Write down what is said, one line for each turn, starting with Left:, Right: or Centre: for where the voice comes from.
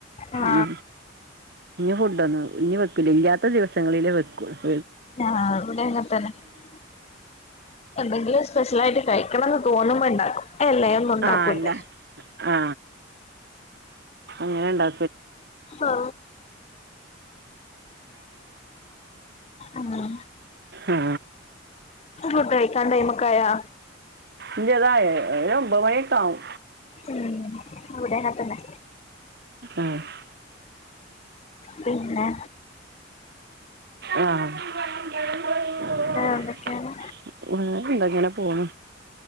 Left: ആ
Right: ഉ ഇനി ഫുഡൊന്നും ഇനി വെക്കൂല്ല ഇല്ലാത്ത ദിവസങ്ങളിലെ വെകൊള്ളൂ
Left: ആഹ് ഇവിടെ അങ്ങനത്തന്നെ <inaudible> എന്തെങ്കിലും സ്പെഷല് ആയിട്ട് കയിക്കണംന്ന് തോന്നുമ്പോ ഇണ്ടാക്കും എല്ലേ ഒന്നും ഉണ്ടാക്കൂല്ലേ
Right: ആ അല്ല ആ അങ്ങനെ ഉണ്ടാ
Left: ആ <inaudible> നത ഉം <inaudible>
Right: ആ
Left: ഉപയോഗികാണ്ടയിമെ കയാ
Right: ഇന്റെതായ ഒരു ഒമ്പത് മണിക്കാവും
Left: ഉം അവിടെം അങ്ങനെ തന്നെ
Right: ആ <inaudible>
Left: പിന്നെ
Right: ആ <unintelligible> <unintelligible>
Left: എന്തൊക്കെയാണ്
Right: എന്താ ഇങ്ങനെ പോണ്